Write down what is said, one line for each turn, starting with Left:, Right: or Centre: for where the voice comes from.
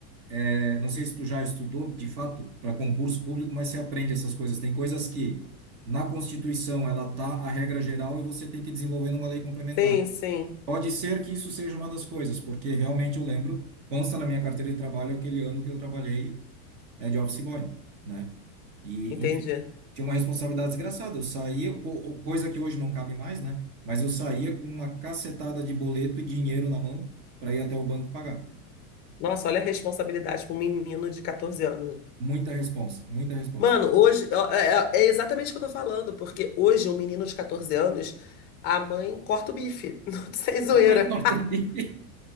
Right: é, não sei se tu já estudou, de fato, para concurso público, mas você aprende essas coisas. Tem coisas que na Constituição ela tá a regra geral e você tem que desenvolver numa lei complementar.
Left: Sim, sim,
Right: Pode ser que isso seja uma das coisas, porque realmente eu lembro, consta na minha carteira de trabalho aquele ano que eu trabalhei é, de office boy, né? E,
Left: entendi.
Right: tinha uma responsabilidade desgraçada. Eu saía, co- co- coisa que hoje não cabe mais, né? Mas eu saía com uma cacetada de boleto e dinheiro na mão para ir até o banco pagar.
Left: Nossa, olha a responsabilidade para um menino de 14 anos.
Right: Muita responsa, muita responsa.
Left: Mano,
Right: <laughs>
Left: hoje ó, é, é é exatamente o que eu tô falando, porque hoje um menino de 14 anos, a mãe corta o bife, <laughs> não sem zoeira.
Right: A mãe corta o bico.